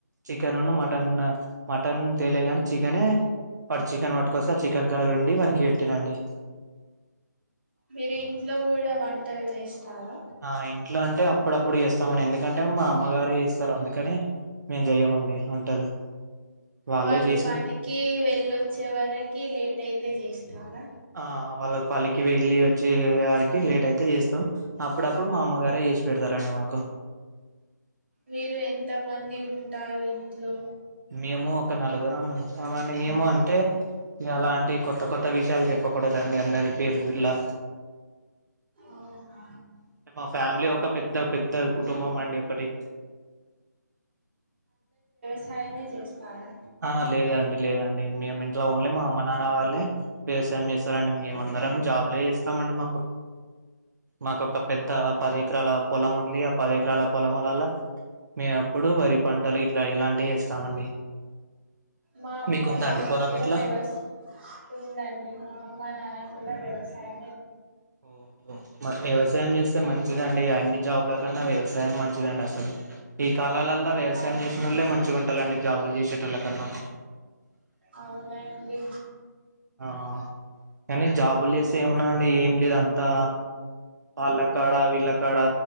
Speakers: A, on the right (about 65°); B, on the right (about 35°).
A: చికెన్ ఉన్ను మటన్ మటన్ తెలేగాని చికెనే వాడు చికెన్ పట్టుకొస్తె ఆ చికెన్ కర్రి వండి వాడికి పెట్టినండి
B: మీరు ఇంట్లో కూడా వంటలు చేస్తావా
A: ఆ ఇంట్లో అంటే అప్పుడప్పుడు చేస్తామని ఎందుకంటే మా అమ్మగారే చేస్తారు అందుకనే మేం చెయ్యమండి వంటలు వాళ్ళే
B: వాళ్ళు
A: చేసి
B: పనికి వెళ్ళొచ్చే వరకి లేట్ అయితే చేస్తారా
A: ఆ వాళ్ళకు పనికి వెళ్ళి వచ్చి వరికి లేట్ అయితే చేస్తాం అప్పుడప్పుడు మా అమ్మగారే చేసి పెడుతారండి మాకు
B: మీీరు ఎంత మంది ఉంటారు ఇంట్లో
A: మేము ఒక నలుగురము ఉంటాం అని మేము అంటే ఎలంటి కొత్త కొత్త విషయాలు చెప్పకూడదండి అందర్కి ఉర్లా
B: అవునా,
A: అంటే మా ఫ్యామిలీ ఒక పెద్ద పెద్ద కుటుంబమండి ఒకటి
B: సాయమే చేస్తారా
A: ఆ లేదండి లేదండి మేము ఇంట్లో ఓన్లీ మా అమ్మ నాన్న వాళ్ళే వ్యవసాయం చేస్ ార అండి మేము అందరం జాబ్ులే ఇస్తామండి మాకు మాకు ఒక పెద్ద పది ఎకరాల పొలం ఉంది ఆ పది ఎకరాల పొలము వల్ల. మేము అప్పుడు వరి పంటలు ఇట్లా ఇలాంటివి చేస్తామండి.
B: మా అమ్మ
A: మీకుందా
B: నాన్న
A: అండి పొలం
B: కూడా
A: ఇట్లా
B: వ్యవస్ ఉందండి మా అమ్మ నాన్న కూడా వ్యవసాయం.
A: ఓహో మరి వ్యవసాయం చేస్తే మంచిదండి అన్ని జాబ్లో కన్నా వ్యవసాయం మంచి. మంచిదండి అసలు ఈ కాలాలల్లో వ్యవసాయం
B: అవును
A: చేసినోళ్ళే మంచిగా ఉంటాలండి జాబులు చేసేటోళ్ళ కన్నా.
B: అవునండి.
A: ఆహ్ కానీ జాబులు చేస్తే ఏమున్నాదండి ఏం లేదు అంతా. వాళ్ళకాడ వీళ్ళ కాడ